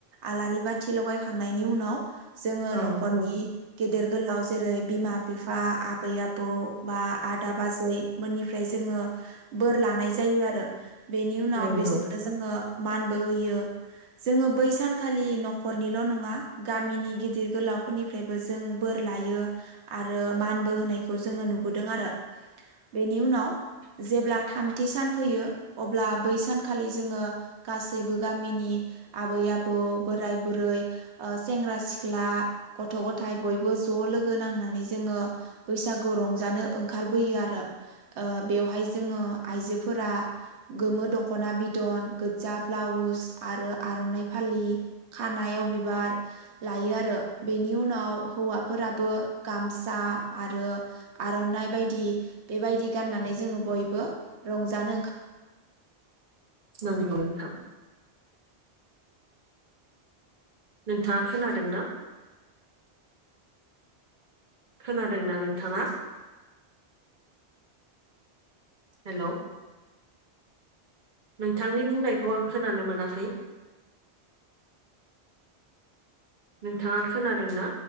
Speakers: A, on the right; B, on the right.
A: आलारि बाथि लगायखांनायनि उनाव जोङो
B: औ
A: नखर'नि गेदेर गोलाव जेरै बिमा- बिफा, आबै -आबौ बा आदा -बाजै मोननिफ्राय जोङो बोर लानाय जायो आरो बेनि उनाव
B: नंगौ
A: बिसोरखो जोङो मानबो होयो जोङो बै सानखालि न'खरनिल' नङा गामिनि गिदिर गोलाव हाफोरनिफ्रायबो जों बोर लायो आरो मानबो होनायखौ जोङो नुबोदों आरो बेनि उनाव जेब्ला थामथि सान फैयो अब्ला बै सानखालि जोङो गासैबो गामिनि आबै -आब, ' बोराय- बुरै ओ सेंग्रा - सिख्ला, गथ'- गथाय बयबो ज' लोगो गो नांनानै जोङो बैसागु रंजानो ओंखारबोयो आरो अ बेयावहाय जोङो आइजोफोरा गोमो दखना बिदन गोज्जा ब्लाउस आरो आर'नाइ फालि खानायाव बिबार लायो आरो बेनि उनाव हौवाफोरा बो गामसा आरो आर'नाइ बायदि बेबायदि गाननानै जों बयबो बो रंजानो ओंखार
B: नंगो नोंथां नोंथाङा खोनादों ना खोनादोंना नोंथाङा हेल' नोंथांनि बुंनायखौ आं खोनानो मोनाखै नोंथाङा खोनादोंना